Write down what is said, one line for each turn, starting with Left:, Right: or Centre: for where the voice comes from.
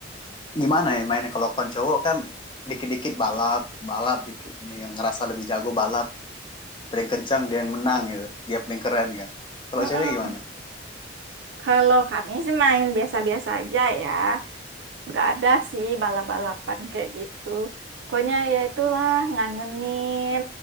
Left: gimana ya mainnya kalau kon cowok kan dikit-dikit balap balap dikit yang ngerasa lebih jago balap paling kencang dia yang menang gitu dia paling keren kan kalau
Right: Mm-mm.
Left: cewek gimana
Right: Kalau kami sih main biasa-biasa aja ya. nggak ada sih balap-balapan kayak gitu. Pokoknya ya itulah ngangenin